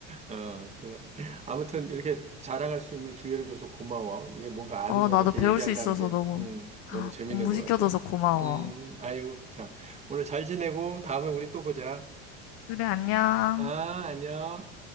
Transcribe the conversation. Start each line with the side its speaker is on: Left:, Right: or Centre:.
Right: 어, 그래서 아무튼 이렇게 자랑할 수 있는 기회를 줘서 고마워. 이게 뭔가 아는
Left: 어,
Right: 거를
Left: 나도
Right: 이렇게
Left: 배울
Right: 얘기한다는
Left: 수 있어서
Right: 게,
Left: 너무
Right: 음, 너무 재밌는
Left: 공부시켜줘서
Right: 것 같아.
Left: 고마워.
Right: 음, 아이고, 참. 오늘 잘 지내고 다음에 우리 또 보자.
Left: 그래, 안녕.
Right: 아, 안녕.